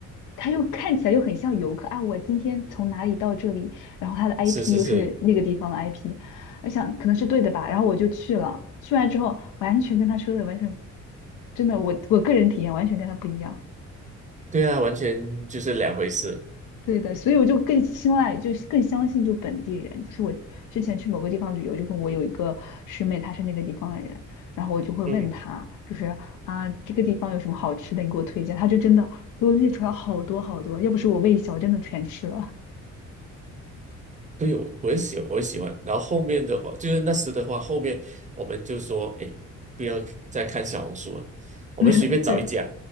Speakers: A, on the left; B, on the right.
A: 他又看起来又很像游客啊。我今天从哪里到这里，然后他的 IP
B: 是是是，
A: 又是那个地方的 IP，我想可能是对的吧，然后我就去了。去完之后，完全跟他说的完全，真的，我我个人体验完全跟他不一样。
B: 对啊，完全就是两回事。
A: 对的，所以我就更青睐，就是更相信就本地人。就是我之前去某个地方旅游，就跟我有一个师妹，她是那个地方的人，然后我就会问她，
B: 嗯。
A: 就是啊，这个地方有什么好吃的，你给我推荐。她就真的给我列出来好多好多，要不是我胃小，真的全吃了。
B: 对，我我也喜我也喜欢。然后后面的话，就是那时的话，后面我们就说，哎，不要再看小红书了，我们随便找一家。
A: <laughs> 对，